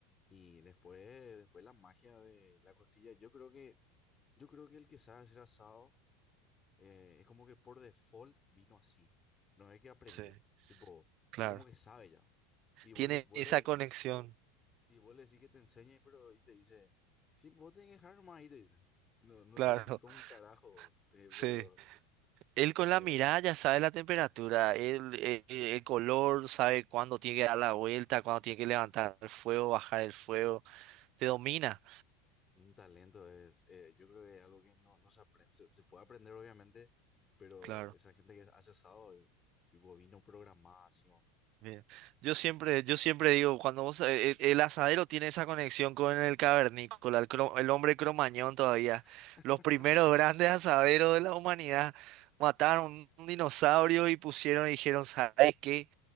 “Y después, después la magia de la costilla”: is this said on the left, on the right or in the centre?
Left